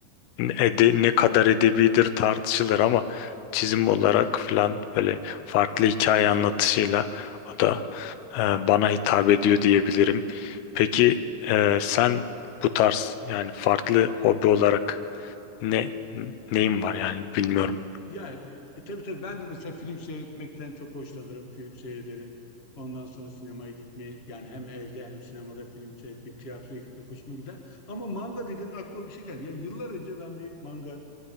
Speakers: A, on the left; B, on the left.
A: ede, ne kadar edebidir tartışılır ama çizim olarak filan böyle farklı hikaye anlatışıyla o da e, bana hitap ediyor diyebilirim. Peki e, sen bu tarz yani farklı hobi olarak ne neyin var yani bilmiyorum.
B: Yani e, tabii tabii ben de mesela film seyretmekten çok hoşlanırım. Film seyrederim. Ondan sonra sinemaya gitmeyi yani hem evde hem sinemada film seyretmek, tiyatroya gitmek hoşuma gider. Ama manga dedin aklıma bir şey geldi. Ya yıllar önce ben bir manga